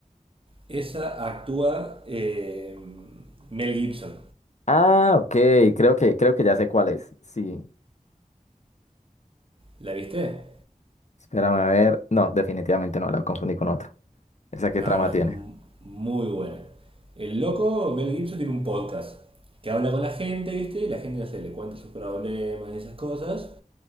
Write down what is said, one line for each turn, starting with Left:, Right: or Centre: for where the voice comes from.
Right: Esa actúa eh, Mel Gibson.
Left: Ah, ok, creo que, creo que ya sé cuál es. Sí,
Right: ¿La viste?
Left: espérame a ver. No, definitivamente no, la confundí con otra. ¿Esa qué
Right: No,
Left: trama
Right: no, es
Left: tiene?
Right: m- muy buena. El loco, Mel Gibson, tiene un podcast que habla con la gente, ¿viste? Y la gente, no sé, le cuenta sus problemas y esas cosas.